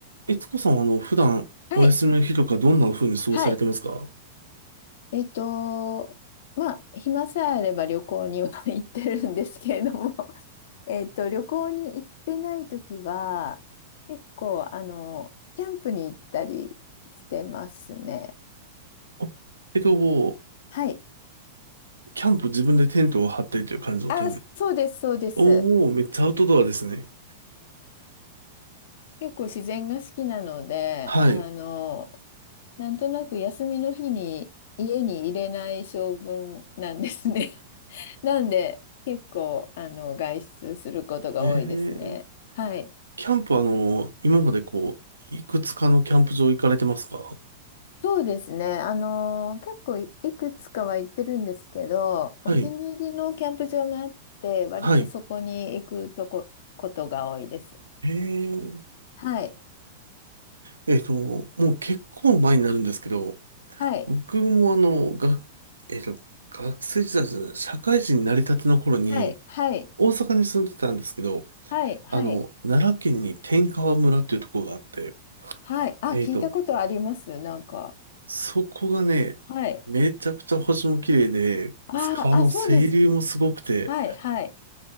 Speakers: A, on the right (about 75°); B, on the left (about 55°).
A: えつこさんは、あの、普段、
B: はい。
A: お休みの日とか、どんな風に過ごされてますか
B: はい。えっと、まあ、暇さえあれば旅行には <laughs> 行ってるんですけれども、<laughs> えっと、旅行に行ってないときは、結構、あの、キャンプに行ったりしてますね。
A: あえっと、
B: はい。
A: キャンプ自分でテントを張ってという感じのテント。
B: あ、そうです、そうです。
A: おー、めっちゃアウトドアですね。
B: 結構自然が好きなので、
A: はい。
B: あの、なんとなく休みの日に家に入れない性分なんですね。なんで、結構、あの、外出することが多いですね。
A: えー、
B: はい。
A: キャンプあの、今までこう、いくつかのキャンプ場行かれてますか
B: そうですね。あのー、結構い、いくつかは行ってるんですけど、
A: はい。
B: お気に入りのキャンプ場があって、割とそこに行くとこ、
A: はい。
B: ことが多いです。
A: えー、
B: はい。
A: えっと、もう結構前になるんですけど、
B: はい。
A: 僕もあの、が、えっと、学生時代じゃない、社会人になりたての頃に、
B: はい。はい。
A: 大阪に住んでたんですけど、
B: はい。はい。
A: あの、奈良県に天川村っていうところがあって、
B: はい。あ、
A: えーと、
B: 聞いたことあります。なんか。
A: そこがね、
B: はい。
A: めちゃくちゃ星も綺麗で、
B: あーあ、
A: 川の清流もすごくて、
B: そうです。はい。はい。